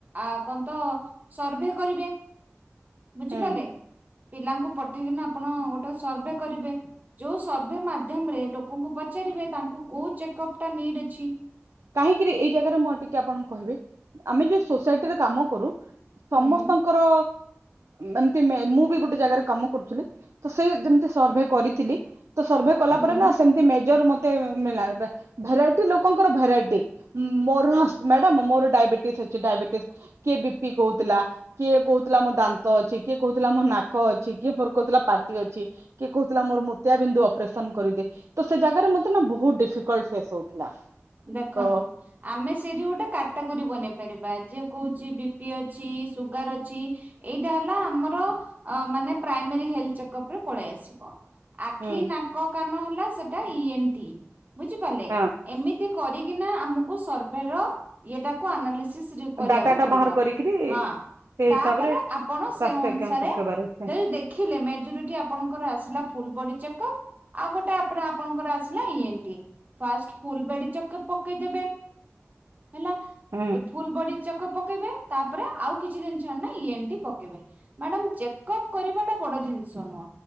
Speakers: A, on the right; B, on the right.
A: ଆ କହନ୍ତ ସର୍ଭେ କରିବେ ବୁଝିପାରିଲେ।
B: ହୁଁ
A: ପିଲାଙ୍କୁ ପଠେଇକିନା ଆପଣ ଗୋଟେ ସର୍ଭେ କରିବେ। ଯୋଉ ସର୍ଭେ ମାଧ୍ୟମ ରେ ଲୋକଙ୍କୁ ପଚାରିବେ ତାଙ୍କୁ କୋଉ ଚେକଅପ ନିଡ୍ ଅଛି।
B: କାହିଁକିରି ଏଇ ଜାଗାରେ ମୁଁ ଟିକେ ଆପଣଙ୍କୁ କହିବି ଆମେ ଯୋଉ ସୋସାଇଟିରେ କାମ କରୁ ସମସ୍ତଙ୍କ
A: ହୁଁ
B: ଙ୍କର ଏମତି ମୁଁ ବି ଗୋଟେ ଜାଗାରେ କାମ କରୁଥିଲି। ତ ସେ ଯେମିତି ସର୍ଭେ କରିଥିଲି ତ ସର୍ଭେ କଲା
A: ହୁଁ
B: ପରେ ନା ସେମତି ମେଜର ମତେ <unintelligible> ଭେରାଇଟି ଲୋକଙ୍କର ଭେରାଇଟି ପେ ମୋର ମ୍ୟାଡମ୍ ମୋର ଡାଇବେଟିସ୍ ଅଛି। ଡାଇବେଟିସ କିଏ ବିପି କହୁଥିଲା। କିଏ କହୁଥିଲା ମୋ ଦାନ୍ତ ଅଛି କିଏ କହୁଥିଲା ମୋ ନାକ ଅଛି କିଏ କହୁଥିଲା ପାଟି ଅଛି। କିଏ କହୁଥିଲା ମୋର ମୁତିଆ ବିନ୍ଦୁ ଅପରେସନ କରିଦେ ତ ସେ ଜାଗାରେ ମତେ ନା ବହୁତ ଡିଫିକଲଟ ଫେସ ହଉଥିଲା।
A: ଦେଖନ୍ତୁ
B: ତ
A: ଆମେ ସେଇଠି ଗୋଟେ କାଟାକରି ବନେଇ ପାରିବା ଯିଏ କହୁଛି ବିପି ଅଛି ସୁଗାର ଅଛି ଏଇଟା ହେଲା ଆମର ମାନେ ପ୍ରାଇମାରୀ ହେଲ୍ ଥ ଚେକପରେ ପଳେଇ ଆସିବ। ଆଖି
B: ହୁଁ
A: ନାକ କାନ ହେଲା ସେଇଟା ଇଏନିଟି ବୁଝିପାରିଲେ
B: ହଁ
A: ଏମିତି କି କରିକିନା ଆମକୁ ସର୍ଭେ ର ଇଏଟାକୁ ଆନାଲିସିସ୍ କରିବାକୁ
B: ଡାଟା ଟା
A: ପଡିବ
B: ବାହାର କରିକିରି ସେଇ
A: ହଁ। ତାପରେ
B: ହିସାବରେ
A: ଆପଣ
B: ସ୍ୱାସ୍ଥ୍ୟ
A: ସେ ଅନୁସାରେ
B: କ୍ୟାମ୍ପ ପକେଇବାର ଅଛି
A: ଦିଲ୍ ଦେଖ ଦେଖିଲେ ମେଜରିଟି ଆପଣଙ୍କର ଆସିଲା ଫୁଲ୍ ବଡି ଚେକପ୍ ଆଉ ଗୋଟେ ଆପରେ ଆପଣଙ୍କର ଆସିଲା ଇଏନିଟ୍ ଫାଷ୍ଟ ଫୁଲ୍ ବଡି ଚେକପ୍ ପକେଇଦେବେ ହେଲା
B: ହୁଁ।
A: ତ ଫୁଲ ବଡି ଚକେପ ପକେଇବେ ତାପରେ ଆଉ କିଛି ଦିନ ଛାଡ଼ିଲେ ଇଏନ୍ଟି ପକେଇବେ। ମ୍ୟାଡାମ୍ ଚେକଅପ୍ କରିବା ଟା ବଡ ଜିନିଷ ନୁହଁ।